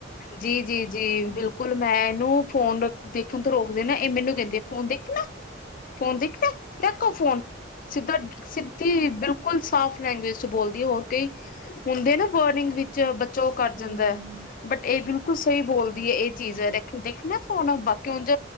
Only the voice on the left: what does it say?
ਜੀ ਜੀ ਜੀ ਬਿਲਕੁਲ ਮੈਂ ਇਹਨੂੰ ਫੋਨ ਦੇਖਣ ਤੋਂ ਰੋਕਦੇ ਨਾ ਇਹ ਮੈਨੂੰ ਕਹਿੰਦੇ ਫੋਨ ਦੇਖ ਨਾ
ਫੋਨ ਦੇਖਣਾ ਦੇਖੋ ਫੋਨ ਸਿੱਧਾ ਸਿੱਧੀ ਬਿਲਕੁਲ ਬਿਲਕੁਲ ਸਾਫ ਲੈਂਗਵੇਜ ਚ ਬੋਲਦੀ ਹੈ ਹੋਰ ਕਈ ਹੁੰਦੇ ਨਾ ਵਰਨਿਗ ਵਿੱਚ ਬੱਚਾ ਉਹ ਕਰ
ਜਾਂਦਾ ਹੈ। ਬਟ ਇਹ ਬਿਲ ਬਿਲਕੁਲ ਸਹੀ ਬੋਲਦੀ ਹੈ ਇਹ ਚੀਜ਼ ਦੇਖਨਾ ਫੋਨ ਬਾਕੀ ਉਜ